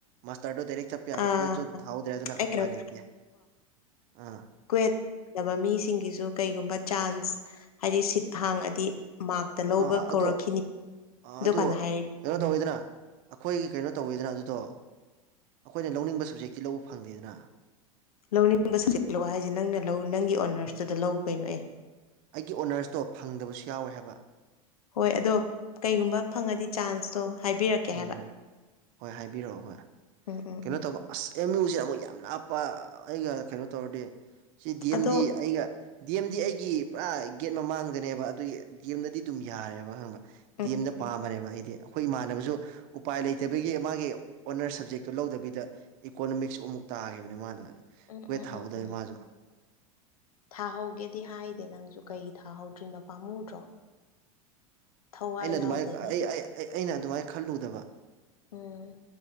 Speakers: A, on the right (about 50°); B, on the left (about 85°).
A: ꯃꯥꯁꯇꯔꯗꯨꯣ ꯗꯥꯏꯔꯦꯛ ꯆꯠꯄ ꯄ ꯌꯥꯕ
B: ꯑꯥ
A: ꯀ꯭ꯋꯠꯇꯨ ꯊꯥꯍꯧꯗ꯭ꯔꯦ ꯑꯗꯨꯅ
B: ꯑꯩ
A: ꯎꯄꯥꯏ
B: ꯀꯩꯅꯣꯝ
A: ꯂꯩꯇꯦ ꯑꯥ
B: ꯀ꯭ꯋꯦꯗꯕ ꯃꯤꯁꯤꯡꯒꯤꯁꯨ ꯀꯩꯒꯨꯝꯕ ꯆꯥꯟꯁ ꯍꯥꯏꯗꯤ ꯁꯤꯠ ꯍꯥꯡꯉꯗꯤ ꯃꯔ ꯇ ꯂꯧꯕ
A: ꯑꯥ
B: ꯀꯧꯔꯛꯈꯤꯅꯤ
A: ꯑꯗꯣ
B: ꯑꯗꯨ
A: ꯑꯗꯣ
B: ꯀꯥꯟꯗ ꯍꯥꯏ
A: ꯀꯩꯅꯣ ꯇꯧꯋꯤꯗꯅ ꯑꯩꯈꯣꯏꯒꯤ ꯀꯩꯅꯣ ꯇꯧꯋꯤꯗꯅ ꯑꯗꯨꯗꯣ ꯑꯩꯈꯣꯏꯅ ꯂꯧꯅꯤꯡꯕ ꯁꯕꯖꯦꯛꯇꯤ ꯂꯧꯕ ꯐꯪꯗꯦꯗꯅ
B: ꯂꯧꯅꯤꯡꯕ ꯁ ꯂꯧ ꯍꯥꯏꯁꯦ ꯅꯪꯅ ꯂꯧ ꯅꯪꯒꯤ ꯑꯣꯅꯔꯁꯇꯨꯗ ꯂꯧ ꯀꯩꯅꯣ ꯑꯦ
A: ꯑꯩꯒꯤ ꯑꯣꯅꯔꯁꯇꯣ ꯐꯪꯗꯕꯁꯨ ꯌꯥꯎꯋꯦ ꯍꯥꯏꯕ
B: ꯍꯣꯏ ꯑꯗꯣ ꯀꯩꯒꯨꯝꯕ ꯐꯪꯉꯗꯤ ꯆꯥꯟꯁꯇꯣ ꯍꯥꯏꯕꯤꯔꯛꯀꯦ
A: ꯎꯝ
B: ꯍꯥꯏꯕ
A: ꯍꯣꯏ ꯍꯥꯏꯕꯤꯔꯛꯑꯣ ꯍꯣꯏ
B: ꯎꯝ ꯎꯝ
A: ꯀꯩꯅꯣ
B: ꯎꯝ
A: ꯇꯧꯕ ꯑꯁ ꯑꯦꯝ ꯌꯨꯁꯤꯦ ꯑꯃꯨꯛ ꯌꯥꯝ ꯂꯥꯞꯄ ꯑꯩꯒ ꯀꯩꯅꯣ ꯇꯧꯔꯗꯤ ꯁꯤ ꯗꯤ ꯑꯦꯝ
B: ꯑꯗꯣ
A: ꯗꯤ ꯑꯩꯒ ꯗꯤ ꯑꯦꯝꯗꯤ ꯑꯩꯒꯤ ꯄꯨꯔꯥ ꯒꯦꯠ ꯃꯃꯥꯡꯗꯅꯦꯕ ꯑꯗꯨꯒꯤ ꯗꯤ ꯑꯦꯝꯗꯗꯤ ꯑꯗꯨꯝ ꯌꯥꯔꯦꯕ ꯍꯪꯕ
B: ꯎꯝ
A: ꯗꯤ ꯑꯦꯝꯅ ꯄꯥꯝꯃꯅꯦꯕ
B: ꯎꯝ
A: ꯑꯩꯗꯤ ꯑꯩꯈꯣꯏ ꯏꯃꯥꯟꯅꯕꯁꯨ ꯎꯄꯥꯏ ꯂꯩꯇꯕꯤꯒꯤ ꯃꯥꯒꯤ ꯑꯣꯅꯔ ꯁꯕꯖꯦꯛꯇꯨ ꯂꯧꯗꯕꯤꯗ ꯏꯀꯣꯅꯣꯃꯤꯛꯁ ꯑꯃꯨꯛ ꯇꯥꯈꯤꯕꯅꯤ ꯃꯥꯅ
B: ꯎꯝ
A: ꯀ꯭ꯋꯦꯠ
B: ꯎꯝ
A: ꯊꯥꯍꯧꯗꯕ
B: ꯎꯝ ꯎꯝ
A: ꯃꯥꯁꯨ
B: ꯊꯥꯍꯧꯒꯦꯗꯤ ꯍꯥꯏꯗꯦ ꯅꯪꯁꯨ ꯀꯩ ꯊꯥꯍꯧꯗ꯭ꯔꯤꯅꯣ ꯄꯥꯝꯃꯨꯗ꯭ꯔꯣ ꯊꯋꯥꯏ
A: ꯑꯩꯅ ꯑꯗꯨꯃꯥꯏꯅ
B: ꯌꯥꯎꯗꯦꯅꯦ
A: ꯑꯩ ꯑꯩꯅ ꯑꯗꯨꯃꯥꯏꯅ ꯈꯜꯂꯨꯗꯕ
B: ꯎꯝ